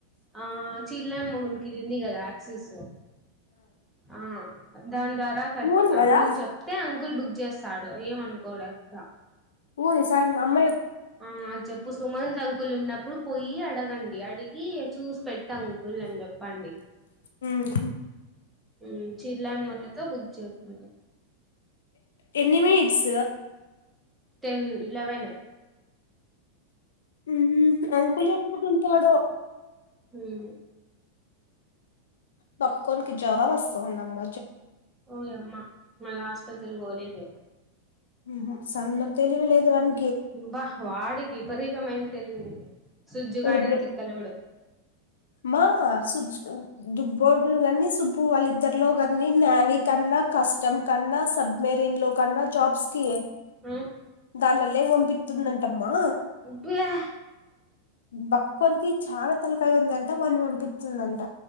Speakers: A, in the centre; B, on the left.
A: ఆ చీల్ న మౌన్కిఉంది కదా ఆక్సెస్ ఆ దాని ద్వారా క
B: ఊరు
A: అంకుల్
B: కదా
A: చెప్తే అం ల్ బుక్ చేస్తాడు ఏమనుకోడట్ల
B: ఊ స మా అమ్మా
A: ఆ చెప్పు సుమంత్ అంకుల్ ఉన్నప్పుడు పోయి అడగం అడిగి చూసి పెట్టంకుల్ అని చెప్పండి
B: ఉమ్
A: ఉమ్ చిలామ్మలతో బుక్ చేతుంది
B: ఎన్ని మినిట్స్
A: టెన్ లెవెన్
B: ఉ హ్ అంకులు ఎప్పుడుంటాడో
A: ఉమ్
B: పక్కోనికి జ్వరం వస్తాందమ్మ
A: ఓయి అమ్మా మల్ల హాస్పితల్ పోలెదే
B: ఊ హ్ సన్న తెలివి లేదు వాని
A: అబ్బ వాడికి విపరీతమైన తెలివి ఉంది సుజ్జుగాడే
B: వీడు బ్రె
A: తిక్కలోడు
B: మా వ సుజ్జు దుబ్బోడు కానీ సుబ్బు వాళ్ళిద్దరిలో కాన్నీ నావికన్నా కస్టమ్ కన్నా సబ్మెరిన్ లో కన్నా జాబ్స్ కి
A: ఉమ్
B: దాంట్ల లెవ్వనిపిత్తుందంటమ్మా
A: ఉప్పుయా
B: బక్కోన్కి చాలా తలకాయి ఉందంట వాన్నీ పంపిచ్చిందంట